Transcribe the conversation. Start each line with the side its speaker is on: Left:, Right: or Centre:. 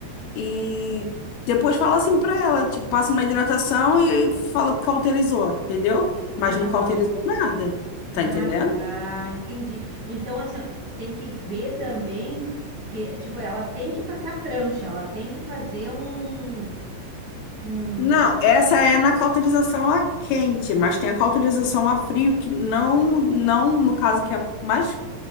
Left: E depois fala assim pra ela, tipo, passa uma hidratação e fala que cauterizou, entendeu?
Right: Aham.
Left: Mas não cauterizou nada,
Right: Ah,
Left: tá entendendo?
Right: tá, entendi. Então, assim, ó, tem que ver também que, tipo, ela tem que passar prancha, ela tem que fazer um, um,
Left: Não, essa é na cauterização a quente, mas tem a cauterização a frio, que não, não no caso que é mais